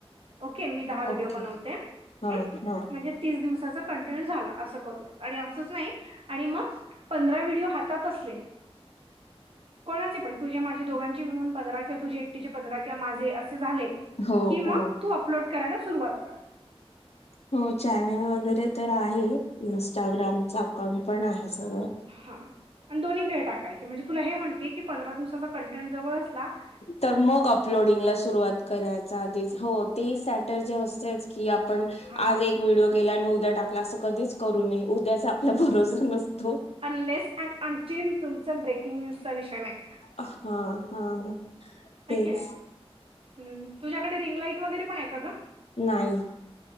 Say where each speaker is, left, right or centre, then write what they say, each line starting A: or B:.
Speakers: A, on the right; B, on the left.
A: ओके मी दहा व्हिडिओ
B: ओके
A: बनवते हम्म,
B: हा हा
A: म्हणजे तीस दिवसाचा कंटेन्यू झाला असं करूया आणि असच नाही आणि मग पंधरा व्हिडिओ हातात असले. कोणाचे पण तुझ्या माझ्या दोघांची मिळून, पंधरा किंवा तुझ एकटीचे पंधरा किंवा माझे असे झाले
B: हो
A: की, मग
B: हो
A: तू अपलोड करायला सुरुवात कर,
B: हो चॅनल वगैरे तर आहे. इन्स्टाग्रामचा अकाउंट पण आहे सगळं,
A: हा आणि दोन्ही कडे टाकायचे म्हणजे तुला हे म्हणते की पंधरा दिवसाचा कंटेंट जवळ असला -
B: तर मग अपलोडिंगला सुरुवात करायचा आधीच हो ते सॅटर्जे असतेच की आपण
A: हा
B: आज एक व्हिडिओ केला आणि उद्या टाकला असं कधीच करू नये उद्याचा आपला भरोसा नसत
A: अनलेस अँड अटिल तुमचा ब्रेकिंग न्यूजचा विषय नाय.
B: हा हा
A: हाय
B: तेच
A: की नाय हम्म <unintelligible> तुझ्याकडे रिंगलाईट वगैरे पण आहे का ग
B: नाही